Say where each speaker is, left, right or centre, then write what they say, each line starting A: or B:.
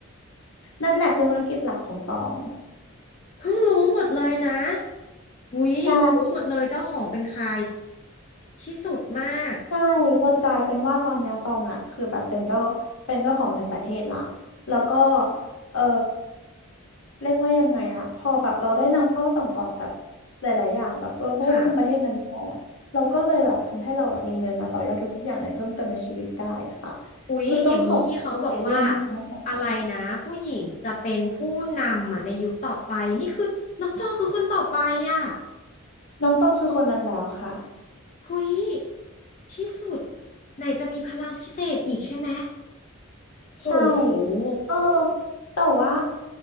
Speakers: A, on the left; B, on the left.
A: นั่นแหละคือธุรกิจหลักของตอง
B: เพิ่งรู้หมดเลยนะอุ๊ยรู้หมดเลยเจ้าของเป็นใคร
A: ใช่
B: ที่สุดมาก
A: ใช่จนกลายเป็นว่าตอนเนี้ยตองอ่ะคือแบบเป็นเจ้าเป็นเจ้าของหนึ่งประเทศละแล้วก็เออเรียกว่ายังไงอ่ะพอแบบเราได้นำเข้าส่งออกแบบหลายๆอย่างแบบเราควบคุมประเทศนั้นได้อ่ะเราก็เลยแบบทำให้เราแบบมีเงินมาต่อยอดทุกๆอย่างในเพิ่มเติมในชีวิตได้ค่ะ
B: ค่ะ อุ๊ยอย่างนี้ที่เขาบอกว่า
A: คือต้องขอบคุณเอเลี่ยนที่คุณให้สอน
B: อะไรนะผู้หญิงจะเป็นผู้นำอ่ะในยุคต่อไปนี่คือน้องตองคือคนต่อไปอ่ะ
A: น้องตองคือคนนั้นแล้วค่ะ
B: เฮ้ยที่สุดไหนจะมีพลังพิเศษอีกใช่ไหมโห
A: ใช่ เออแต่ว่า